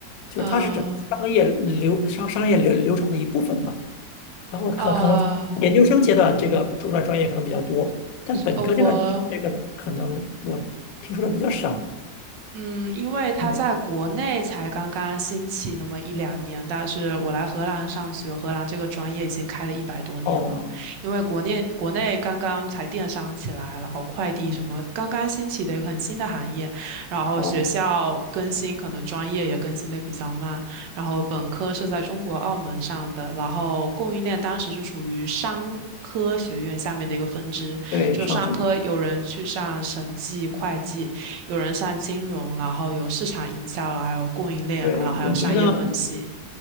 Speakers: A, on the left (about 85°); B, on the right (about 75°).
A: 就是它是整个商业流商商业流流程的一部分吧。
B: 嗯，
A: 然后可可能研究生阶段这个主专专业可能比较多，
B: 呃呃
A: 但本科阶段选这个呢，
B: 呃，我。
A: 可能我听说的比较少。
B: 嗯，因为它在国内才刚刚兴起那么一两年，
A: 对，
B: 但是我来荷兰上学，荷兰这个专业已经开了一百多年了。
A: 哦
B: 因为国内国内刚刚才电商起来，然后快递什么刚刚兴起的一个很新的行业，
A: 嗯
B: 然后学校更新可能专业也更新的比较慢，
A: 哦，
B: 然后本科是在中国澳门上的，然后供应链当时是属于商。科学院下面的一个分支，
A: 对，
B: 就商科有人去上审计、
A: 上学，
B: 会计，有人上金融，然后有市场营销，然后还有供应链，
A: 对，
B: 然后还有商业分析。
A: 我觉得。